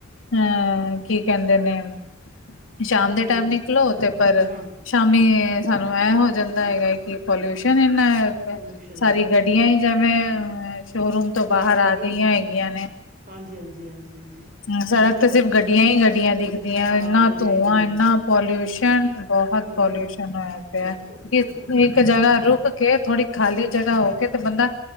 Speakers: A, on the left; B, on the right.
A: ਅਹ ਕੀ ਕਹਿੰਦੇ ਨੇ। ਸ਼ਾਮ
B: ਜਿੰਨੇ
A: ਦੇ ਟਾਈਮ
B: ਬਹੁਤ
A: ਨਿਕਲੋ ਤੇ ਪਰ
B: ਹਾਂ
A: ਸ਼ਾਮੀ ਸਾਨੂੰ ਐ ਹੋ ਜਾਂਦਾ ਹੈਗਾ ਕਿ ਪੋਲਿਊਸ਼ਨ ਇੰਨਾ
B: ਪਲਿਊਸ਼ਨ
A: ਸਾਰੀ ਗੱਡੀਆਂ ਹੀ ਜਿਵੇਂ ਸ਼ੋ ਰੂਮ ਤੋਂ ਬਾਹਰ
B: ਜਾਮ
A: ਆ
B: ਲੱਗੇ ਹੁੰਦੇ
A: ਗਈਆਂ ਹੈਗੀਆਂ ਨੇ।
B: ਹਾਂਜੀ ਹਾਂਜੀ ਹਾਂਜੀ ਹਾਂਜੀ।
A: ਹੂੰ ਸੜਕ
B: ਇੱਕ ਤਾਂ
A: ਤੇ ਸਿਰਫ ਗੱਡੀਆਂ ਈ ਗੱਡੀਆਂ ਦਿਖਦੀਆਂ
B: ਹਾਂ
A: ਵਾ ਇੰਨਾ
B: ਗੱਡੀਆਂ
A: ਧੂੰਆਂ,
B: ਹੀ ਗੱਡੀਆਂ
A: ਇੰਨਾ
B: ਨੇ
A: ਪੋਲਿਊਸ਼ਨ। ਬਹੁਤ
B: ਹੂੰ
A: ਪੋਲਿਊਸ਼ਨ
B: ਹੂੰ
A: ਹੋਇਆ
B: ਬਹੁਤ
A: ਪਿਆ।
B: ਪੋਲਿਊਸ਼ਨ
A: <unintelligible>
B: ਬਹੁਤ
A: ਇੱਕ ਜਗ੍ਹਾ ਰੁਕ ਕੇ ਥੋੜ੍ਹੀ ਖਾਲੀ ਜਗ੍ਹਾ ਹੋ ਕੇ ਤੇ ਬੰਦਾ